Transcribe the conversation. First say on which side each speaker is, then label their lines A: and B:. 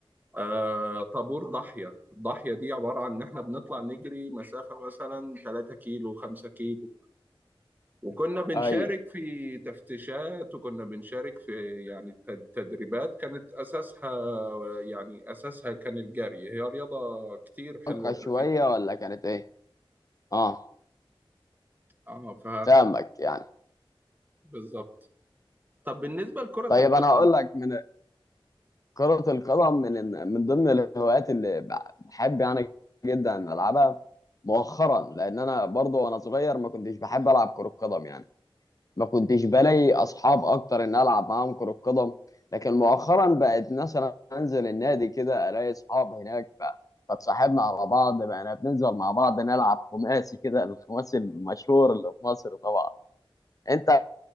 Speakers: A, on the right (about 20°); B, on the left (about 40°).
A: آه، طابور ضاحية الضاحية دي عبارة عن إن إحنا بنطلع نجري مسافة مثلا 3 كيلو 5 كيلو وكنا بنشارك
B: ايوه
A: في تفتيشات وكنا بنشارك في يعني تد- تدريبات كانت أساسها يعني أساسها كان الجري هي رياضة كتير حلوة
B: أبقى شويه
A: ومفيدة
B: ولا كانت ايه اه
A: اه ف
B: فاهمك يعني
A: بالظبط طب بالنسبة لكرة
B: طيب
A: القدم
B: انا هقول لك من كرة القدم من من ضمن الهوايات اللي بحب يعني جدا العبها مؤخرا لان انا برضو وانا صغير ما كنتش بحب العب كرة قدم يعني ما كنتش بلاقي اصحاب اكتر ان العب معاهم كرة قدم لكن مؤخرا بقت مثلا انزل النادي كده الاقي اصحاب هناك ف... فتصاحبنا على بعض بقينا بننزل مع بعض نلعب خماسي كده الخماسي المشهور اللي في مصر طبعا انت